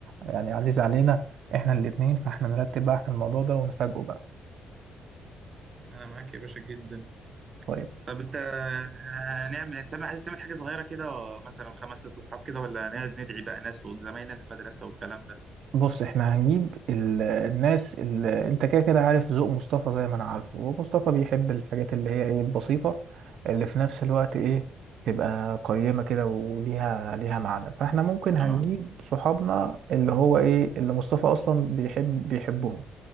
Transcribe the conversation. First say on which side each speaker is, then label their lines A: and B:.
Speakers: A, on the right; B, on the right.
A: يعني عزيز علينا احنا الاتنين فاحنا نرتب بقى احنا الموضوع ده ونفاجئه بقى
B: أنا معاك يا باشا جدا
A: طيب
B: طب أنت هنعمل أنت عايز تعمل حاجة صغيرة كده مثلا خمس ست أصحاب كده ولا هنقعد ندعي بقى ناس وزمايلنا من المدرسة والكلام ده
A: بص احنا هنجيب ال- الناس اللي انت كده كده عارف ذوق مصطفى زي ما انا عارفه ومصطفى بيحب الحاجات اللي هي ايه البسيطة اللي في نفس الوقت ايه تبقى قيمة كده وليها ليها معنى فاحنا ممكن هنجيب
B: آه
A: صحابنا اللي هو ايه اللي مصطفى اصلا بيحب بيحبهم